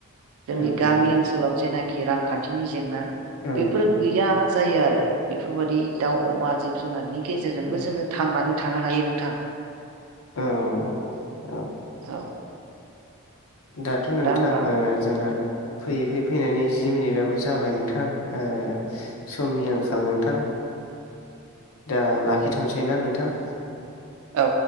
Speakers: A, on the right (about 75°); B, on the left (about 70°).
A: जोंनि
B: औ
A: गामि
B: नोंथां
A: ओनसोलाव जेने जेनाखि रांखान्थिनि जेंना
B: औ
A: बेफोर गैया जायो आरो। बेफोरबायदि दाउ अमा जिब जुनारनि गेजेरजोंबो
B: औ
A: जोङो थांनानै थानो हायो नोंथां।
B: औ औ
A: औ।
B: दाथ' नोंथां
A: दा होमबा
B: ओ जोंना फैयै फैयै फैनानै जि मिनिटआबो जाबाय नोंथां समनि आंखाल नोंथां दा लाखिथ'सै ना नोंथां
A: औ